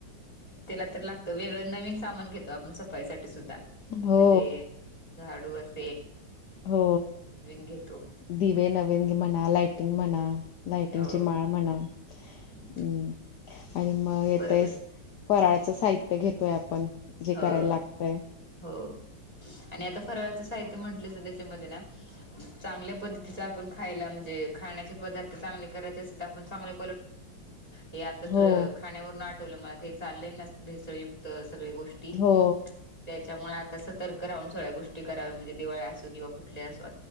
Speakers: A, on the left; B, on the left.
A: त्याला तर लागत वेगळं नवीन सामान घेतो आपण सफाईसाठीठी सुद्धा
B: हो
A: म्हणजे झाडू अस
B: हो
A: घेतो
B: दिवे नवीन म्हणा लाइटिंग म्हणा लाइटिंगची
A: हो
B: माळ म्हणा
A: हम्म.
B: हं आणि म येतेस
A: बरोबर
B: फराळाचं साहित्य घेतोय आपण जे
A: हो
B: करायला लागतय
A: हो आणि आता फराळाचं साहित्य म्हंटलंस त्याच्यामध्ये ना चांगल्या पद्धतीचा आपण खायला म्हणजे खाण्याचे पदार्थ चांगले करायचे असे तर आपण चांगले हे आताच
B: हो
A: खाण्यावरनं आठव ठेवलं मला ते चाललंय ना भेसळयुक्त सगळ गोष्टी
B: हो
A: त्याच्यामुळे आता सतर्क राहून सगळ्या गोष्टी कराव्या म्हणजे दिवाळी असो किंवा कुठल्या असू